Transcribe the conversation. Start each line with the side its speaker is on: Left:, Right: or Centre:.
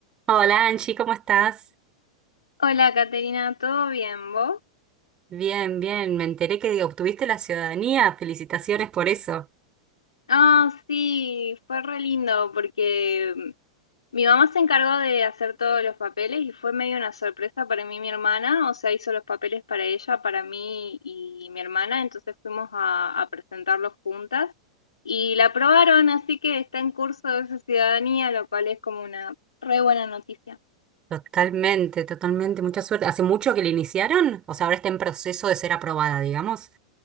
Right: Hola Angie, ¿cómo estás?
Left: Hola, Caterina, ¿todo bien, vos?
Right: Bien, bien, me enteré que obtuviste la ciudadanía, felicitaciones por eso.
Left: Ah, sí, fue re lindo porque mm, mi mamá se encargó de hacer todos los papeles y fue medio una sorpresa para mí y mi hermana, o sea, hizo los papeles para ella, para mí y mi hermana, entonces fuimos a, a presentarlos juntas y la aprobaron, así que está en curso de su ciudadanía, lo cual es como una re buena noticia.
Right: Totalmente, totalmente, mucha suerte. ¿Hace mucho que la iniciaron? O sea, ahora está en proceso de ser aprobada, digamos.